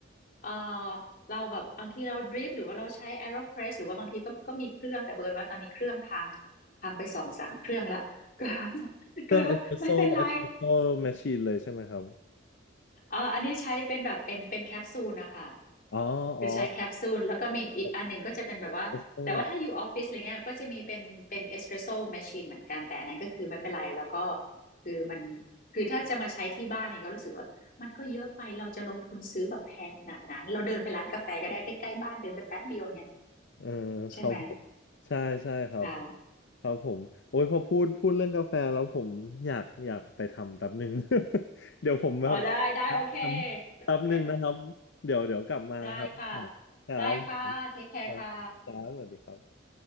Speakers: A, on the left; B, on the left.
A: เออเราแบบบางทีเราดริปหรือว่าเราใช้ AeroPress หรือว่าบางทีก็ก็มีเครื่องแต่เบิร์นว่าตอนนี้เครื่องพังพังไปสองสามเครื่องละก็ <laughs>
B: เครื่องเอสเปรสโซ่เอสเปรสโซ่แมชชีนเลยใช่ไหมครับ
A: ก็เลยว่าไม่เป็นไรเอออันนี้ใช้เป็นแบบเป็นเป็นแคปซูลนะคะ
B: อ๋ออ๋อ
A: คือใช้แคปซูลแล้วก็มีอีกอันหนึ่งก็จะเป็นแบบว่าแต่ว่าถ้าอยู่ออฟฟิศอะไรเงี้ยก็จะมีเป็นเป็นเอสเปรสโซ่แมชชีนเหมือนกันแต่อันนั้นก็คือไม่เป็นไรแล้วก็
B: เอสเปรสโซ่
A: คือมันคือถ้าจะมาใช้ที่บ้านเนี่ยก็รู้สึกว่ามันก็เยอะไปเราจะลงทุนซื้อแบบแพงขนาดนั้นเราเดินไปร้านกาแฟก็ได้ใกล้ๆบ้านเดินไปแป๊บเดียวเนี่ย
B: เออ
A: ใช่ไหม
B: ครับผมใช่ใช่ครับ
A: ค่ะ
B: ครับผมโอ้ยพอพูดพูดเรื่องกาแฟแล้วผมอยากอยากไปทำแป๊บหนึ่ง <laughs> เดี๋ยวผมแบบ
A: อ๋อได้ได้โอเค
B: ทำแป๊บหนึ่งนะครับเดี๋ยวเดี๋ยวกลับมาครับ
A: ไปไปได้ค่ะ
B: ครับ
A: ได้ค่ะเทคแคร์ค่ะ
B: ครับครับสวัสดีครับ